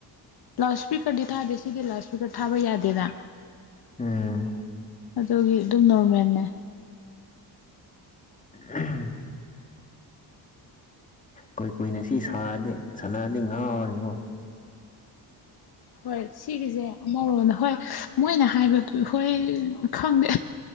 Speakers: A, on the left (about 60°); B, on the left (about 20°).
A: ꯂꯥꯎꯠ ꯏꯁꯄꯤꯀꯔꯗꯤ ꯊꯥꯗꯦ ꯁꯤꯗꯤ ꯂꯥꯎꯠ ꯏꯁꯄꯤꯀꯔ ꯊꯥꯕ ꯌꯥꯗꯦꯅ
B: ꯎꯝ
A: ꯑꯗꯨꯒꯤ ꯑꯗꯨꯝ ꯅꯣꯔꯃꯦꯟꯅꯦ
B: ꯎꯍꯨꯝ ꯀꯣꯏ ꯀꯨꯏꯅ ꯁꯤ ꯁꯥꯔꯗꯤ ꯁꯅꯥꯔꯗꯤ ꯉꯥꯎꯅꯤꯀꯣ
A: ꯍꯣꯏ ꯁꯤꯒꯤꯁꯦ ꯑꯃꯔꯣꯗ ꯍꯣꯏ ꯃꯣꯏꯅ ꯍꯥꯏꯕꯗꯨ ꯍꯣꯏ ꯈꯪꯗꯦ